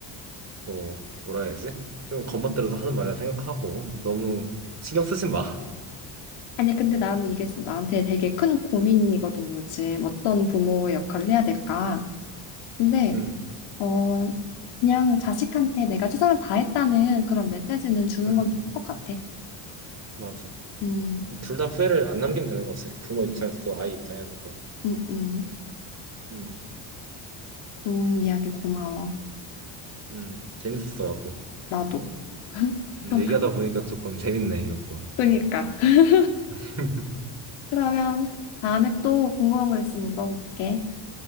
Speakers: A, on the right; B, on the left.
A: 뭐 뭐라 해야지? 좀 겉멋대로서 하는 말이라 생각하고 너무 신경 쓰지 마.
B: 아니 근데 나는 이게 지금 나한테 되게 큰 고민이거든 요즘 어떤 부모의 역할을 해야 될까 근데
A: 음,
B: 어, 그냥 자식한테 내가 최선을 다했다는 그런 메시지는 주는
A: 음,
B: 건 좋을 것 같아.
A: 맞아.
B: 음,
A: 둘 다 후회를 안 남기면 되는 거지. 부모 입장에서도
B: 음,
A: 아이 입장에서도.
B: 음. 음.
A: 음,
B: 좋은 이야기 고마워.
A: 음, 재밌었어 나도.
B: 나도.
A: 음,
B: 그럼,
A: 얘기하다 보니까 조금 재밌네 이것도.
B: 그러니까. <laughs>
A: <laughs>
B: 그러면 다음에 또 궁금한 거 있으면 물어볼게.